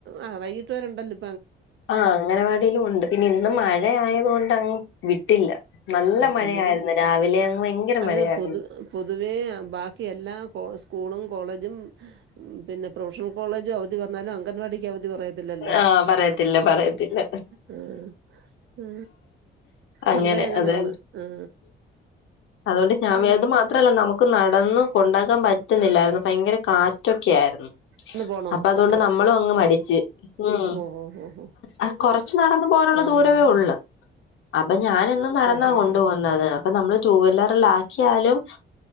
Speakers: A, on the right; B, on the left.
A: ആ വൈകിട്ട് വരുണ്ടല്ലോ
B: ആ അംഗനവാടിയിലും ഉണ്ട് പിന്നെ ഇന്ന് മഴ ആയതൊണ്ട് അങ്ങ് വിട്ടില്ല. നല്ല
A: ആ
B: മഴയായിരുന്നു
A: അല്ലേലും
B: രാവിലെ അങ്ങ് ഭയങ്കര
A: അല്ല
B: മഴയായിരുന്നു
A: പൊതു പൊതുവെ ബാക്കി എല്ലാ കോഴസും കൂളും കോളേജും പിന്നെ പ്രൊഫഷണൽ കോളേജും അവധി പറഞ്ഞാലും അംഗൻവാടിക്ക് അവധി പറയത്തില്ലല്ലേ
B: ആ പറയത്തില്ല പറയത്തില്ല.
A: ആ ആ
B: അങ്ങനെ
A: പണ്ടേ അങ്ങനെയാണ്
B: അതെ.
A: ആ
B: അതുകൊണ്ട് ഞാൻ <unintelligible>
A: ഉം.
B: മാത്രല്ല നമുക്ക് നടന്ന് കൊണ്ടാക്കാൻ പറ്റുന്നില്ലാര്ന്നു ഭയങ്കര കാറ്റൊക്കെ ആായിരുന്നു.
A: ഇന്ന് പോകണോ
B: പ്പൊ അതുകൊണ്ട്
A: തോനെ പോ-
B: നമ്മളും അങ്ങ് മടിച്ച്. ഉം
A: ഓ ഓ ഓ ഓ
B: അ കൊറച്ച് നടന്ന് പോവനുള്ള
A: ആഹ്
B: ദൂരവേഒള്ള് പ്പൊ ഞാനെന്നും നടന്നാ
A: ഓഹോ
B: കൊണ്ടു
A: ഹോ
B: പോകുന്നത് അപ്പൊ നമ്മള് ടൂവില്ലറിലാ ക്കിയാലും